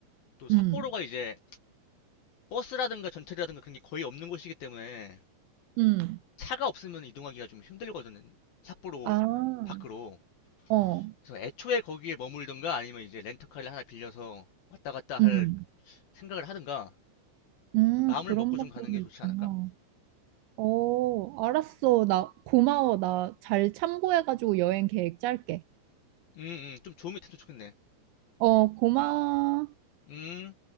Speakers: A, on the left; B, on the right.
A: 또 삿포로가
B: 음,
A: 이제 버스라든가 전철이라든가 그런 게 거의 없는 곳이기 때문에
B: 음,
A: 차가 없으면 이동하기가 좀 힘들거든요. 삿포로
B: 아,
A: 밖으로.
B: 어,
A: 그래서 애초에 거기에 머물든가 아니면 이제 렌터카를 하나 빌려서 왔다 갔다 할
B: 음,
A: 생각을 하든가.
B: 음,
A: 그래서 마음을
B: 그런
A: 먹고 좀
B: 방법이
A: 가는 게 좋지 않을까?
B: 있구나. 어, 알았어. 나 고마워. 나 잘 참고해가지고 여행 계획 짤게.
A: 음, 음, 좀 좋은 밑도 좋겠네.
B: 어, 고마워.
A: 음.